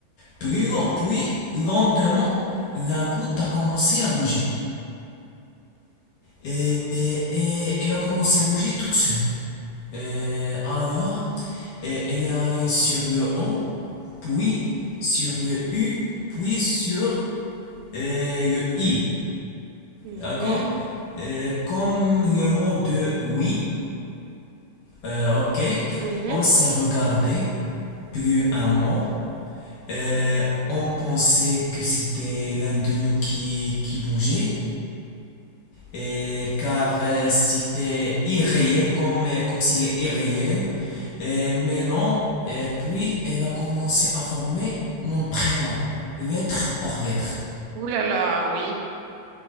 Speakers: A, on the left (about 60°); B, on the right (about 85°).
A: Puis,
B: mhm,
A: puis, lentement, la goutte a commencé à bouger. Et, et- et elle a commencé à bouger toute seule. Euh, alors, euh, elle est allée sur le O, puis sur le U, puis sur euh, le I.
B: mhm,
A: D'accord?
B: mhm,
A: Euh, comme le mot de oui, euh, ok,
B: mhm.
A: on s'est regardé, plus un mot. Euh, on pensait que c'était l'un de nous qui, qui bougeait. Et car euh, c'était irréel, comme, euh, comme s'il est irréel. Euh, mais non, et puis elle a commencé à former mon prénom, lettre par lettre.
B: Ouh là là, oui.